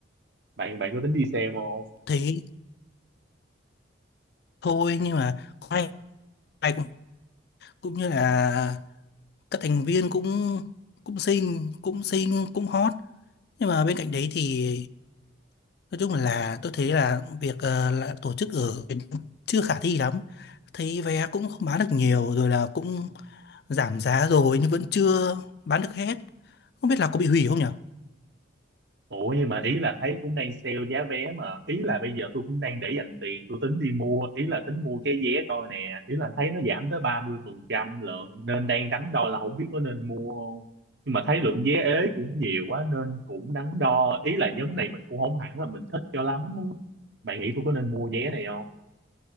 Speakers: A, on the right; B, on the left.
A: Bạn bạn có tính đi xem không?
B: Thấy thôi nhưng mà cũng
A: À,
B: hay hay cũng, cũng như là các thành viên cũng cũng xinh cũng xinh cũng hot nhưng mà bên cạnh đấy thì Nói chung là tôi thấy là việc ờ, là tổ chức ở Việt Nam chưa khả thi lắm. Thấy vé cũng không bán được nhiều rồi là cũng giảm giá rồi nhưng vẫn chưa bán được hết. Không biết là có bị hủy không nhở
A: Ủa nhưng mà ý là thấy cũng đang sale giá vé mà ý là bây giờ tôi cũng đang để dành tiền tôi tính đi mua ý là tính mua cái vé coi nè ý là thấy nó giảm tới 30% lượng nên đang đắn đo là không biết có nên mua không nhưng mà thấy lượng vé ế cũng nhiều quá nên cũng đắn đo ý là nhóm này mình cũng không hẳn là mình thích cho lắm bạn nghĩ tôi có nên mua vé này không